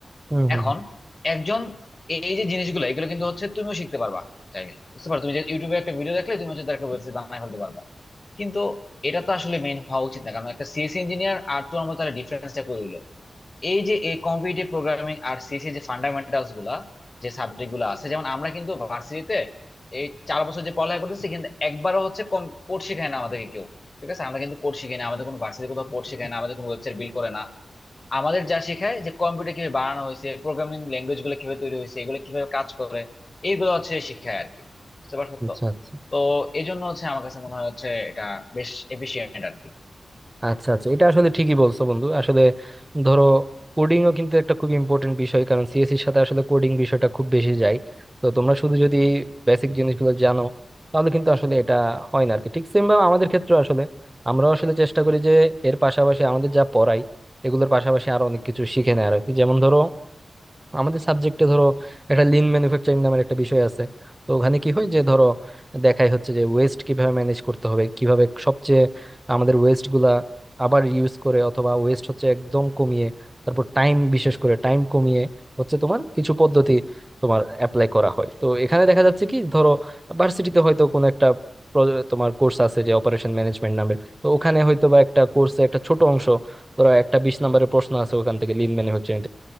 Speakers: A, on the right; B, on the left.
A: হুম হুম
B: এখন একজন এই যে জিনিসগুলো এগুলো কিন্তু হচ্ছে তুমিও শিখতে পারবা চাইলে বুঝতে পারো তুমি যে ইউটিউবে একটা ভিডিও দেখলে তুমি হচ্ছে তার একটা ওয়েবসাইট বানায় ফেলতে পারবা কিন্তু এটা তো আসলে মেইন হওয়া উচিত না কারণ একটা সিএস ইঞ্জিনিয়ার আর তোমার মতো ডিফারেন্সটা করে দিলো এই যে এই কম্পিটিটিভ প্রোগ্রামিং আর সিএসি যে ফান্ডামেন্টালস গুলা যে সাবজেক্ট গুলো আছে যেমন আমরা কিন্তু ভার্সিটিতে এই চার বছর যে পড়ালেখা করতেছি কিন্তু একবারও হচ্ছে কোড শেখায় না আমাদেরকে কেউ ঠিক আছে আমরা কিন্তু কোড শিখাই না আমাদের কোনো ভার্সিটি কোথাও কোড শেখায় না আমাদের কোনো ওয়েবসাইট বিল্ড করে না আমাদের যা শেখায় যে কম্পিউটার কিভাবে বানানো হয়েছে প্রোগ্রামিং ল্যাঙ্গুয়েজ গুলো কিভাবে তৈরি হয়েছে এগুলো কিভাবে কাজ করে এইগুলো হচ্ছে শেখায় আর কি বুঝতে পারছো
A: আচ্ছা
B: তো
A: আচ্ছা
B: তো এই জন্য হচ্ছে আমার কাছে মনে হয় হচ্ছে এটা বেশ এফিশিয়েন্ট আর কি
A: আচ্ছা আচ্ছা এটা আসলে ঠিকই বলছো বন্ধু আসলে ধরো কোডিংও কিন্তু একটা খুব ইম্পর্টেন্ট বিষয় কারণ সিএসসির সাথে আসলে কোডিং বিষয়টা খুব বেশি যায় তো তোমরা শুধু যদি বেসিক জিনিসগুলো জানো তাহলে কিন্তু আসলে এটা হয় না আর কি ঠিক সেম ভাবে আমাদের ক্ষেত্রে আসলে আমরা আসলে চেষ্টা করি যে এর পাশাপাশি আমাদের যা পড়াই এগুলোর পাশাপাশি আরো অনেক কিছু শিখে নেয় আর কি যেমন ধরো আমাদের সাবজেক্টে ধরো একটা লিন ম্যানুফ্যাকচারিং নামের একটা বিষয় আছে তো ওখানে কি হয় যে ধরো দেখাই হচ্ছে যে ওয়েস্ট কিভাবে ম্যানেজ করতে হবে কিভাবে সবচেয়ে আমাদের ওয়েস্ট গুলা আবার ইউজ করে অথবা ওয়েস্ট হচ্ছে একদম কমিয়ে তারপর টাইম বিশেষ করে টাইম কমিয়ে হচ্ছে তোমার কিছু পদ্ধতি তোমার অ্যাপ্লাই করা হয় তো এখানে দেখা যাচ্ছে কি ধরো ভার্সিটিতে হয়তো কোনো একটা pro- তোমার কোর্স আছে যে অপারেশন ম্যানেজমেন্ট নামের তো ওখানে হয়তো বা একটা কোর্সে একটা ছোট অংশ ধরো একটা বিশ নম্বরের প্রশ্ন আছে ওখান থেকে লিন ম্যানুফ্যাকচারিং